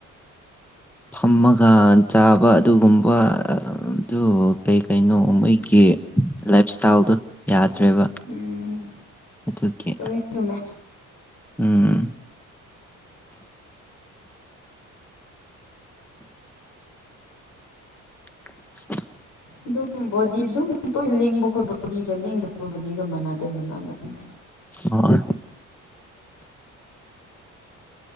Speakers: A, in the centre; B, on the left.
A: ꯐꯝꯃꯒ ꯆꯥꯕ ꯑꯗꯨꯒꯨꯝꯕ ꯑꯗꯨ ꯀꯩ ꯀꯩꯅꯣ ꯃꯣꯏꯒꯤ ꯂꯥꯏꯞ ꯏꯁꯇꯥꯏꯜꯗꯣ ꯌꯥꯗ꯭ꯔꯦꯕ
B: ꯎꯝ
A: ꯑꯗꯨꯒꯤ
B: ꯆꯨꯝꯃꯤ ꯆꯨꯝꯃꯦ
A: ꯎꯝ <inaudible>
B: ꯑꯗꯨꯝ ꯣꯗꯤ ꯑꯗꯨꯝ ꯇꯣꯏꯅ ꯂꯦꯡꯕ ꯑꯩꯈꯣꯏ ꯕꯨꯣꯗꯤꯒ ꯂꯦꯡꯗꯕ ꯕꯨꯣꯗꯤꯒ ꯃꯅꯥꯗ ꯃꯅꯗꯕꯅꯤ
A: ꯑꯣ